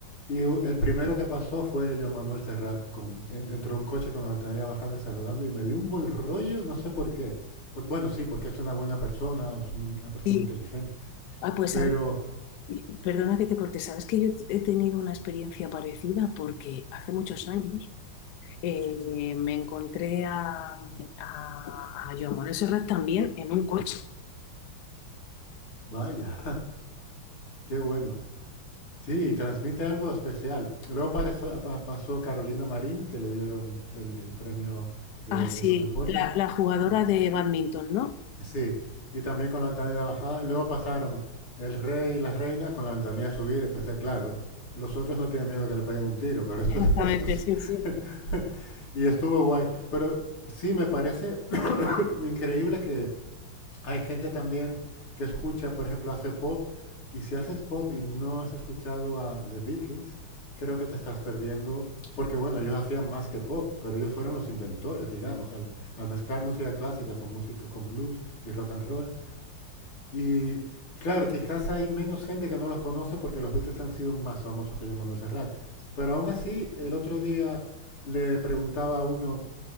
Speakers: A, on the left; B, on the left.
A: y u- el primero que pasó fue Joan Manuel Serrat con, eh, dentro de un coche con la ventanilla bajando saludando y me dio un buen rollo, no sé por qué. Por- bueno, sí, porque es una buena persona, es una persona
B: sí.
A: inteligente,
B: Ah, pues
A: pero
B: ¿sabes? Y- Perdona que te corte, sabes que yo he tenido una experiencia parecida porque hace muchos años eh, me encontré a, a, a Joan Manuel Serrat también en un coche.
A: vaya, <laughs> qué bueno. Sí, y transmite algo especial. Luego apareció- apa- pasó Carolina Marín, que le dieron el, el premio de,
B: Ah, sí,
A: de los deportes.
B: la, la jugadora de badminton, ¿no?
A: Sí, y también con la ventanilla bajada. Luego pasaron el rey y la reina con la ventanilla subida. y Pensé, claro, los otros no tienen miedo que le peguen un tiro, pero estos,
B: Exactamente,
A: <laughs> estos.
B: sí, sí.
A: <laughs> Y estuvo guay. Pero sí, me parece <coughs> <clears throat> increíble que hay gente también que escucha, por ejemplo, hace pop, y si haces pop y no has escuchado a The Beatles, creo que te estás perdiendo, porque bueno, ellos hacían más que pop, pero ellos fueron los inventores, digamos, al, al mezclar música clásica con música con blues y rock and roll. Y claro, quizás hay menos gente que no los conoce porque los Beatles han sido más famosos que Joan Manuel Serrat. Pero aún así, el otro día le preguntaba a uno,